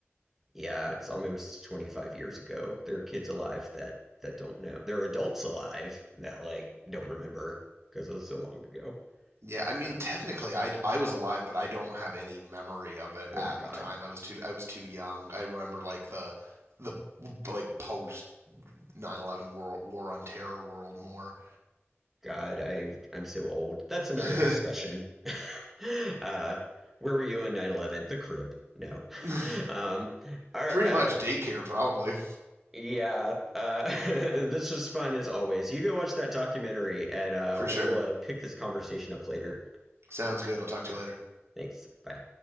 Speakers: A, in the centre; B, on the right (about 70°).
A: yeah, it's almost 25 years ago. There are kids alive that that don't know. There are adults alive that like don't remember because it was so long ago.
B: Yeah, I mean,
A: Um,
B: technically, I I was alive, but I don't have any memory of it
A: oh
B: at
A: my God.
B: the time. I was too I was too young. I remember like the the like post nine eleven war, war on terror world more.
A: God, I I'm so old. That's another
B: <laughs>
A: discussion. <laughs> uh, where were you on nine eleven? The crib. No. <laughs>
B: Pretty
A: Um, our, uh,
B: much daycare, probably
A: yeah, uh, <laughs> this was fun as always. You go watch that documentary and uh,
B: for sure.
A: we'll uh, pick this conversation up later.
B: Sounds good. I'll talk to you later.
A: Thanks. Bye.